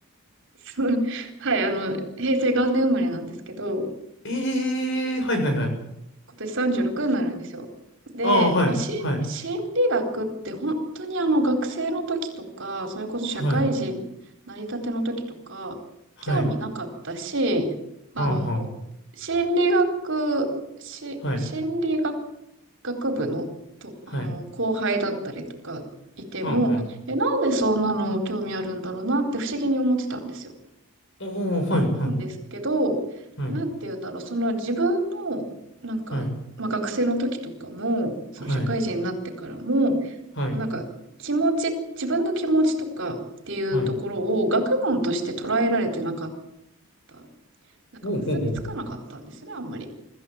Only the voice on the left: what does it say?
ええーはいはいはい。
ああ、はい、
はい、
はい、はい、
はんはん、
はい、
はい、
はんはん。
おお、はい、はい、
はい、
はい、
はい、はい、
はい。
ほうほうほうほう。